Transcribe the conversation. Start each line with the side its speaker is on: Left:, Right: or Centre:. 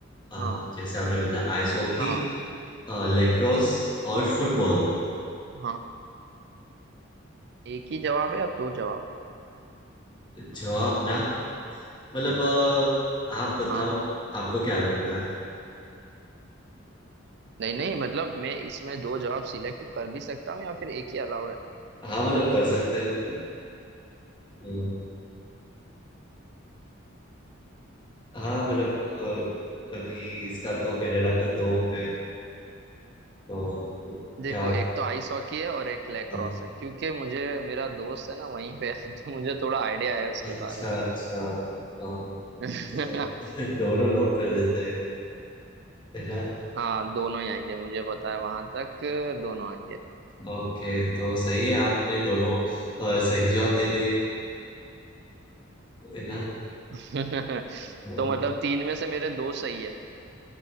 Left: अ,
Right: हाँ
Left: जैसे आपने बताया आइस हॉकी
Right: हाँ
Left: लेक्रोस और फुटबॉल
Right: हाँ। एक ही जवाब है या दो जवाब है
Left: जवाब ना मतलब अ, आप बताओ
Right: हाँ
Left: आपको क्या लगता है
Right: नहीं नहीं मतलब मैं इसमें दो जवाब सिलेक्ट कर भी सकता हूँ या फिर एक ही अलाउड है
Left: हाँ मतलब कर सकते हो हम्म, हाँ मतलब अ, अभी इसका तो कनाडा का दो है तो
Right: देखो
Left: क्या
Right: एक
Left: कौन
Right: तो आइस हॉकी है और एक लैक्रोस
Left: हाँ,
Right: है क्योंकि मुझे मेरा दोस्त है ना वहीं पे <laughs> है, तो मुझे थोड़ा आइडिया है उसके
Left: अच्छा
Right: बारे में
Left: अच्छा वाह तो
Right: <laughs>
Left: दो, <laughs> दोनों लोग कर देते हैं है ना
Right: हाँ दोनों ही आएंगे मुझे पता है वहां तक दोनों आएंगे
Left: ओके तो सही है आपने दोनों अ, सही जवाब दे दिए है ना
Right: <laughs>
Left: हाँ
Right: तो मतलब तीन में से मेरे दो सही है